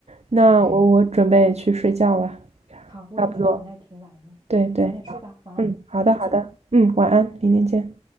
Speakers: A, on the right; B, on the right.
A: 那我我准备去睡觉了，
B: 哎，好，我也觉得你那儿挺晚了，
A: 差不多。
B: 呢，
A: 对对，
B: 早点睡吧，晚安，
A: 嗯，好的好的，
B: 明天见。
A: 嗯，晚安，明天见。